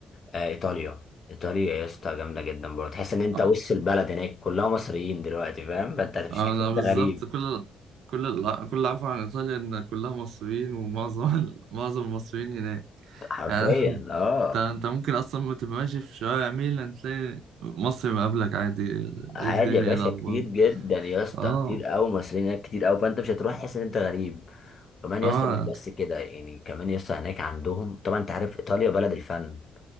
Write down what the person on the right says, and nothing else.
آه.
أنا
بالظبط
كل كل ال- كل اللي أعرفه عن إيطاليا إن كلها مصريين ومعظم <laughs> معظم المصريين هناك
يعني
انت انت ممكن اصلا ما تبقى ماشي في شوارع ميلان تلاقي مصر مقابلك عادي ايه
الدنيا
ايه الاخبار
اه
اه